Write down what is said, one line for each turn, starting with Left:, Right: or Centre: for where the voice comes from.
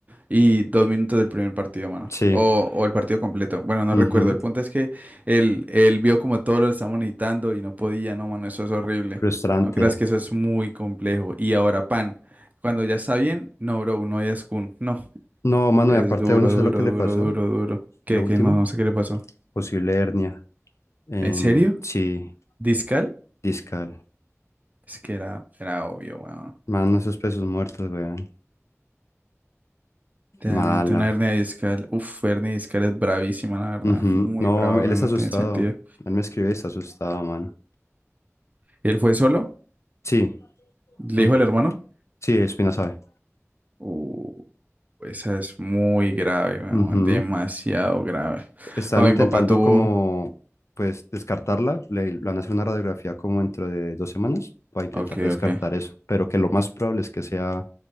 Right: y dos minutos del primer partido, mano.
Left: sí,
Right: O, o el partido completo. Bueno, no
Left: ujú,
Right: recuerdo. El punto es que él, él vio como todo lo estamos necesitando y no podía, no, mano, eso es horrible.
Left: Frustrante.
Right: No creas que eso es muy complejo. Y ahora, Pan. Cuando ya está bien, no, bro, no es Kun. No,
Left: No, mano,
Right: es
Left: y aparte,
Right: duro,
Left: uno sabe
Right: duro,
Left: lo que le
Right: duro,
Left: pasó,
Right: duro, duro. Que,
Left: lo último,
Right: que no, no sé qué le pasó.
Left: posible hernia. En,
Right: ¿En serio?
Left: sí,
Right: ¿Discal?
Left: Discal.
Right: Es que era, era obvio, weón.
Left: Mano, esos pesos muertos, weón.
Right: Realmente
Left: Mala.
Right: una hernia discal. Uf, hernia discal es bravísima, la verdad.
Left: Ujú.
Right: Muy
Left: No,
Right: brava,
Left: él
Right: weón,
Left: está
Right: no
Left: asustado.
Right: tiene sentido.
Left: Él me escribe y está asustado, mano.
Right: ¿Y él fue solo?
Left: Sí.
Right: ¿Le
Left: Ujú.
Right: dijo al hermano?
Left: Sí, Espina sabe.
Right: Uh, esa es muy grave, weón.
Left: Ujú.
Right: Demasiado grave.
Left: Están
Right: Oh, mi
Left: intentando
Right: papá tuvo.
Left: como, pues, descartarla. Le, le van a hacer una radiografía como dentro de dos semanas para intentar
Right: Ok,
Left: descartar
Right: ok.
Left: eso. Pero que lo más probable es que sea